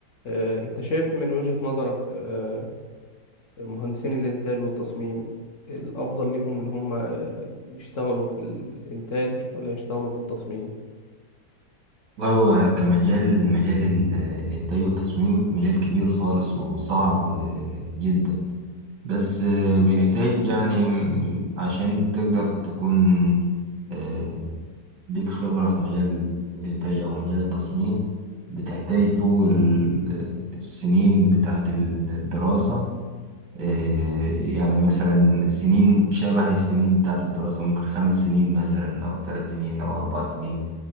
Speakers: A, on the left (about 55°); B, on the right (about 80°).
A: آه، أنت شايف من وجهة نظرك آه، مهندسين الإنتاج والتصميم الأفضل ليهم إن هم آه، يشتغلوا في الإنتاج ولا يشتغلوا في التصميم؟
B: والله هو كمجال مجال ال- الإنتاج والتصميم مجال كبير خالص وصعب جدا بس بيحتاج يعني عشان تقدر تكون آه، ليك خبرة في مجال الإنتاج أو مجال التصميم بتحتاج فوق ال- السنين بتاعة الدراسة آه، يعني مثلا سنين شبه السنين بتاعة الدراسة ممكن خمس سنين مثلا أو ثلاث سنين أو أربع سنين